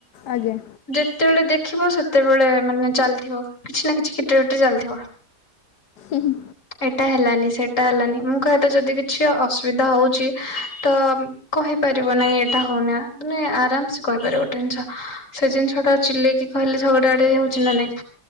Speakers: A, on the left; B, on the left.
A: ଆଜ୍ଞା।
B: ଯେତେବେଳେ ଦେଖିବ ସେତେବେଳେ ମାନେ ଚାଲିଥିବ କିଛି ନା କିଛି ଖିଟିରି ପିଟିରି ଚାଲିଥିବ।
A: ଉଁ ହୁଁ
B: ଏଟା ହେଲାନି ସେଟା ହେଲାନି ମୁଁ କହିବା କଥା ଯଦି କିଛି ଅସୁବିଧା ହଉଚି ତ କହିପାରିବ ନାଇଁ ଏଟା ହଉନା ମାନେ ଆରାମ୍ସେ କହିପାରିବ ଗୋଟେ ଇନିଷ - ସେ ଜିନିଷଟା ଚିଲେଇକି କହିଲେ ଝଗଡା ଆଡେ ଇଏ ହଉଚି
A: ହୁଁ।
B: ନା ନାଇଁ